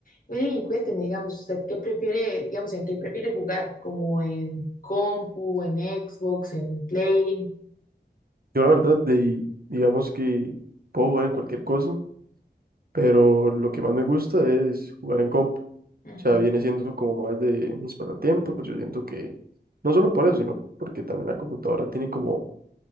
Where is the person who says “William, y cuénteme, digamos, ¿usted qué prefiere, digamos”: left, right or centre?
Left